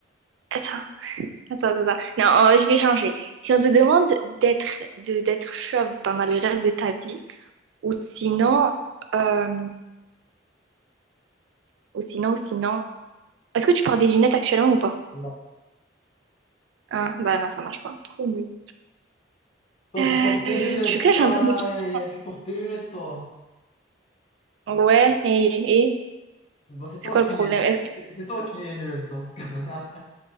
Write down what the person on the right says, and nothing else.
attends, attends, attends, attends. Non, euh, je vais changer. Si on te demande d'être de, d'être chauve pendant le reste de ta vie, ou sinon, euh, ou sinon, ou sinon... Est-ce que tu portes des lunettes actuellement ou pas?
Ah, bah non, ça marche pas. Trop nul.
Euh,
tu caches
un peu mes questions.
Ouais, et, et
c'est
quoi
le problème?
Est-ce que...